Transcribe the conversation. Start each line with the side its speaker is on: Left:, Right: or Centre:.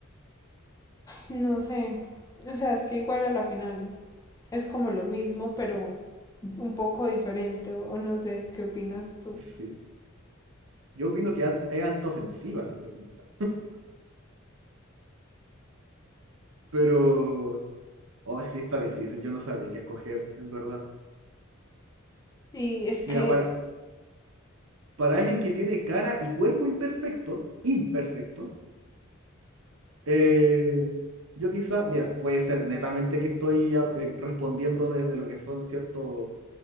Left: No sé, o sea, es que igual a la final es como lo mismo, pero un poco diferente, o, o no sé, ¿qué opinas tú?
Right: Sí. Yo opino que alt- es alta ofensiva la pregunta. Pero Oh, sí, está difícil. Yo no sabría qué escoger, en verdad.
Left: Sí, es que,
Right: Mira, para, para alguien que tiene cara y cuerpo imperfecto, imperfecto, eh, yo quizá, mira, puede ser netamente que estoy ah, eh, respondiendo desde lo que son ciertos